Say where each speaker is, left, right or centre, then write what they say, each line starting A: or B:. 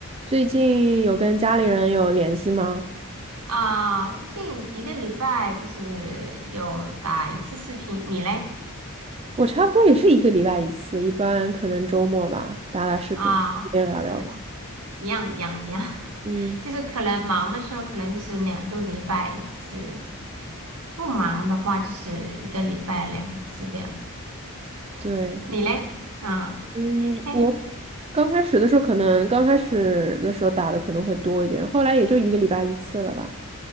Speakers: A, on the right; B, on the right.
A: 最近有跟家里人有联系吗？
B: 啊，最近一个礼拜就是有打一次视频，你嘞？
A: 我差不多也是一个礼拜一次，一般可能周末吧，打打视频，
B: 啊，
A: 边聊聊吧。
B: 是的，是的，一样一样一样，<laughs>
A: 嗯，
B: 就是可能忙的时候可能就是两个礼拜一次，不忙的话就是一个礼拜两次这样。
A: 对，
B: 你嘞？啊，
A: 嗯，
B: 哎，
A: 我刚开始的时候可能刚开始的时候打的可能会多一点，后来也就一个礼拜一次了吧。